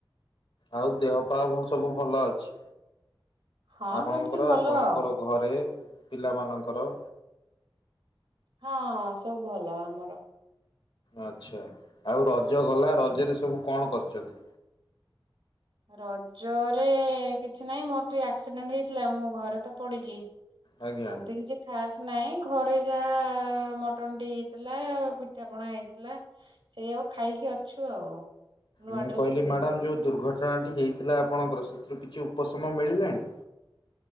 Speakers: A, on the left; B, on the right.
A: ଆଉ ଦେହ ପା ଭ ସବୁ ଭଲ ଅଛି?
B: ହଁ
A: ଆପଣଙ୍କର
B: ସେମିତି ଭଲ
A: ଆପଣଙ୍କର
B: ଆଉ
A: ଘରେ ପିଲା ମାନଙ୍କର।
B: ହଁ ସବୁ ଭଲ ଆମର।
A: ଆଛା ଆଉ ରଜ ଗଲା ରଜରେ ସବୁ କଣ କରିଛନ୍ତି?
B: ରଜରେ କିଛି ନାହିଁ ମୋର ଟିକେ ଆକ୍ସିଡେଣ୍ଟ୍ ହେଇଥିଲା ମୁଁ ଘରେ ତ ପଡ଼ିଛି।
A: ଆଜ୍ଞା।
B: ସେମିତି କିଛି ଖାସ୍ ନାହିଁ ଘରେ ଯାହା ମଟନ ଟି ହେଇଥିଲା ପିଠା ପଣା ହେଇଥିଲା ସେଇଆକୁ ଖାଇକି ଅଛୁ ଆଉ। ନୂଆ
A: ମୁଁ
B: ଡ୍ରେସ
A: କହିଲି
B: ପିନ୍ଧିକି
A: ମ୍ୟାଡ଼ାମ୍
B: ସେମିତି
A: ଯୋଉ ଦୁର୍ଘଟଣା ଟି ହେଇଥିଲା ଆପଣଙ୍କର ସେଥିରୁ କିଛି ଉପଶମ ମିଳିଲାଣି?